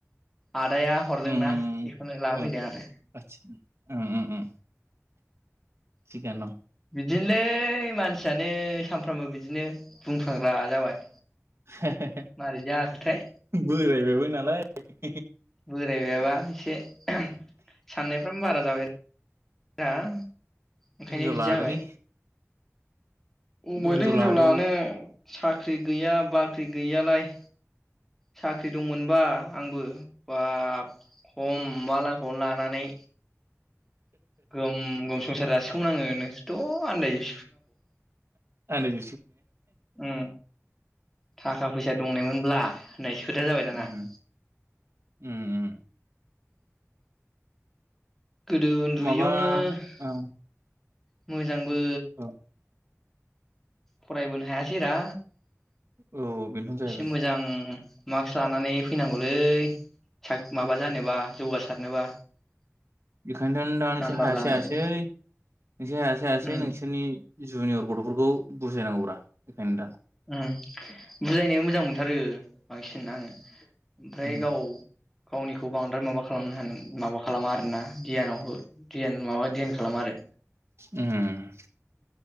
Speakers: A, in the centre; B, on the right.
A: आदाया हरदोंना
B: उम उम
A: बेखौनो लाना
B: उम
A: फैदों आरो
B: आदसा उम उम उम <unintelligible>
A: बिदिनोलै मानसियानो सामफ्रामबो बिदिनो बुंफांग्रा जाबाय।
B: हे-हे
A: मारै जाखोथाय
B: बोरायबायबो नालाय <inaudible>
A: बोरायबायाबा एसे साननायफ्राम बारा <unintelligible> <unintelligible> ओंखायनो
B: हिनजाव
A: बिदि
B: लादोलै
A: जाबाय <inaudible>
B: हिनजाव
A: हिन्जाव
B: लादो
A: लानो साख्रि गैया बाख्रि गैयालाय साख्रि दंमोनबा आंबो बा खमबालाखौनो लानानै गम गम संसार सुखुंनाङो नोंसोरथ आनन्दाय
B: आरो <inaudible>
A: उम थाखा फैसा दंनायमोनब्ला होननायसो खोथाया जाबाय दाना
B: उम
A: <inaudible>
B: उम
A: गोदो उन्दुयैयावनो
B: माबा औ
A: <unintelligible> जां बो
B: औ
A: फरायबोनो हायासै रा
B: औ बेनोथ' जाहैबाय
A: एसे मोजां मास्क लानानै फैनांगौलै स माबा जानोबा जौगासारनोबा
B: बेखायनोथ दा नोंसोर
A: नाम्बार
B: हायासै
A: लानानै
B: हायासै नोंसोर हायासै हायासै
A: उम
B: नोंसोरनि जुनियर गथ फोरखौ बुजायनांगौब्रा बेखायनो दा
A: ओम बुजायनो मोजां मोनथारो बांसिन आङो ओमफ्राय
B: उम
A: गाव गावनिखौ बांद्राय माबा खालामनो ह माबा खालामा आरोना <unintelligible> खालाम मारो
B: ओम ओम